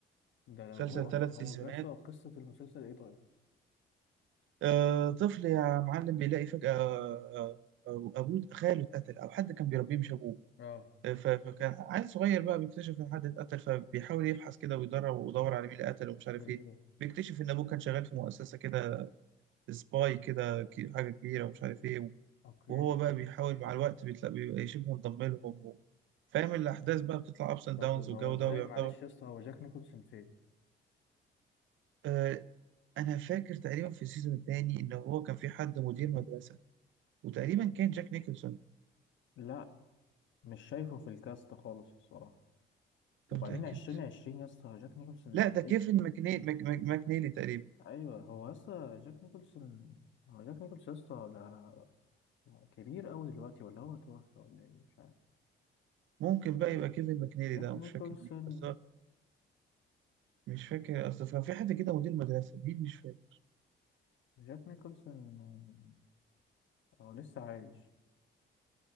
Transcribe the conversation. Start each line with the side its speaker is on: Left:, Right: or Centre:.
Left: ده لو
Right: مسلسل
Left: هو هو
Right: ثلاث سيزونات
Left: يا اسطى قصة المسلسل ايه طيب
Right: آه طفل يا معلم بيلاقي فجاه آه، آه، ابوه خاله اتقتل او حد كان بيربيه مش ابوه
Left: اه
Right: ف- فكان عيل صغير بقى بيكتشف ان حد اتقتل فبيحاول يبحث كده ويدرب ويدور على مين اللي قتله
Left: اوكي
Right: ومش عارف ايه بيكتشف ان ابوه كان شغال في مؤسسه كده سباي كده كي- حاجه كبيره ومش عارف ايه
Left: اوكي
Right: وهو بقى بيحاول مع الوقت بيتلاقي بيبقى شبه انضم لهم و... فاهم الاحداث بقى بتطلع ابس اند
Left: طب
Right: داونز والجو
Left: هو ازاي
Right: ده ويعتبر
Left: معلش يا اسطى هو جاك نيكولسون فين
Right: آه انا فاكر تقريبا في السيزون الثاني ان هو كان في حد مدير مدرسه وتقريبا كان جاك نيكلسون
Left: لا مش شايفه في الكاست خالص الصراحة وبعدين
Right: انت متاكد
Left: عشرين عشرين يا اسطى جاك نيكولسون
Right: لا ده
Left: تلاقيه
Right: كيفن ماكني... ماك... ماك... ماكنيلي تقريبا
Left: ايوه هو يا اسطى جاك نيكولسون هو جاك نيكولسون يا اسطى ده هو كبير أوي دلوقتي ولا هو توفى ولا إيه مش عارف
Right: ممكن بقى يبقى كيفن ماكنيلي
Left: جاك
Right: ده مش
Left: نيكولسون
Right: فاكر مين بس مش فاكر اصل كان في حد كده مدير مدرسه مين مش فاكر
Left: جاك نيكولسون آه، هو لسه عايش